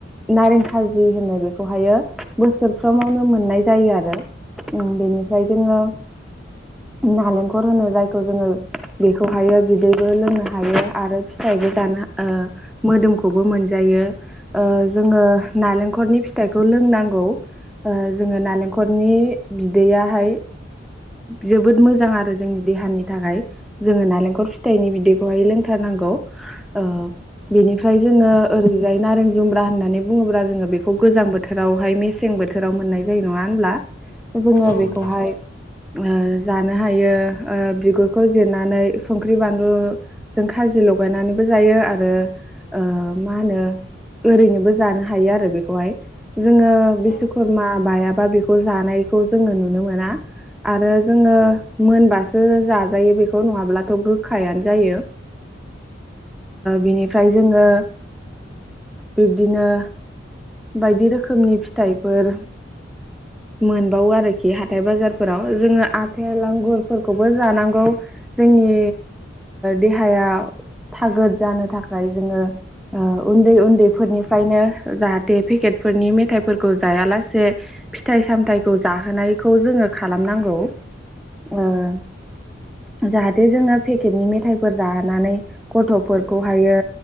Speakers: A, in the centre; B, on the left (about 50°).
A: नारें खाजि होनो बेखौहायो बोसोरफ्रोमावनो मोननाय जायो आरो उम बेनिफ्राय जोङो नालेंखर होनो जायखौ जोङो बेखौहायो बिदैबो लोंनो हायो आरो फिथ थाइबो जानो ओ मोदोमखौबो मोनजायो ओ जोङो नालेंखरनि फिथ फिथाइखौ लोंनांगौ जोङो नालेंखरनि बिदैया हाय जोबोद मोजां आरो जोंनि देहानि थाखाय जोङो नालेंखर फिथाइनि बिदैखौहाय लोंथारनांगौ ओ बेनिफ्राय जोङो ओरैजाय नारें जुमब्रा होननानै बुङोब्ला जोङो बेखौ गोजां बोथोरावहाय मेसें बोथोराव मोननाय जायो नङा होनब्ला जोङो
B: औ नोंथां
A: बेखौहाय ओ जानो हायो ओ बिगुरखौ जिरनानै संख्रि बानलुजों खाजिल' लगायनानैबो जायो आरो ओ मा होनो ओरैनोबो जानो हायो आरो बेखौहाय जोङो
B: औ
A: बिस्वकर्मा बायाबा बेखौ जानायखौ जोङो नुनो मोना आरो जोङो
B: औ
A: मोनबासो जाजायो बेखौ नङाब्लाथ' गोखायानो जायो। बिनिफ्राय जोङो बिब्दिनो बायदि रोखोमनि फिथाइफोर मोनबावो आरोखि हाथाय बाजारफोराव जोङो आथेल आगुरफोरखौबो जानांगौ जोंनि देहाया थागोद जानो थाखाय जोङो ओ उन्दै उन्दैफोरनिफ्रायनो जाहाथे बे पेकेट फोरनि मेथाइफोरखौ जायालासे फिथाइ सामथाइखौ जाहोनायखौ जोङो खालामनांगौ । ओ जाहाथे जोंङो पेकेटनि मेथायफोर जानानै गथ'फोरखौहायो